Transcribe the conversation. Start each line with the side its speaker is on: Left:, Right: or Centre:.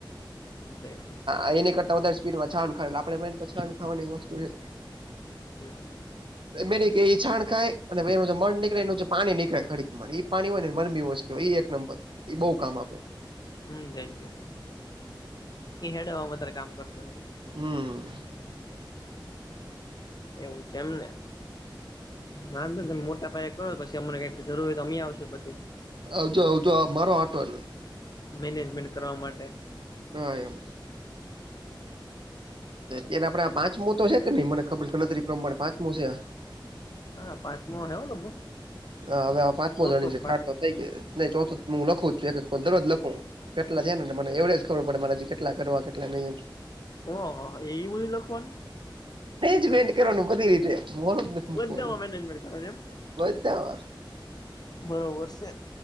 Left: હમ થેન્કયુ
Right: અને એની કરતા વધારે સ્પીડમાં છાન ખ આપ મેન છાન ખાવાની વસ્તુ છે
Left: હમ હમ
Right: બેની કે એઈ છાણ ખાય અને એનું જે મળ નીકળે એનું જે પાણી નીકળે ખડીકમાં એ પાણી હોય ને વરમી હો કેય એ એક નંબર એ બહુ કામ આપે
Left: હું થેગ્યું ઈ હેડો વધારે કામ કરતો હોય
Right: હું
Left: એવું છે એમને વાંધોની તમે મોટા પાયે કરો પછી અમને કઈક જરૂર હોય તો અમેય આવશું પસી
Right: આવજો આવજો આ મારો આટો એટલે
Left: મેનેજમેન્ટ કરવા માટે
Right: હા એમ તેના આપડે પાંચમો તો છે કે નઈ મને ખબર ગણતરી પ્રમાણે પાંચમો છે આં
Left: આ પાચમો ઓહે અ લગભગ
Right: આ અવે આ પાંચમો
Left: ચોથો
Right: દાણીગ છે
Left: કે
Right: ચાર
Left: પાંચમો
Right: તો થઈ ગઈ નઈ ચોથું હું લખું છું એક એક પદ દરોજ લખું હું કેટલા છે ને મને એવરેજ ખબર પડે મારે જી કેટલા કરવા કેટલા નઈ એમ
Left: ઓ હો હો એય બધુ લખવાનું
Right: એજમેન્ટ કરવાનું બધી રીતે મોરું જ નથી મૂકવાનું
Left: બધામાં મેનેજમેન્ટ કરવાની એમ ને
Right: બધામાં
Left: બરોબર સે